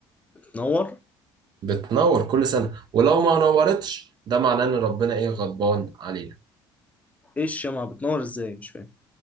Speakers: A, on the left; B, on the right.
A: بتنور
B: بتنور كل سنة ولو ما نورتش ده معناه إن ربنا إيه غضبان علينا
A: ايه الشمعة بتنور ازاي مش فاهم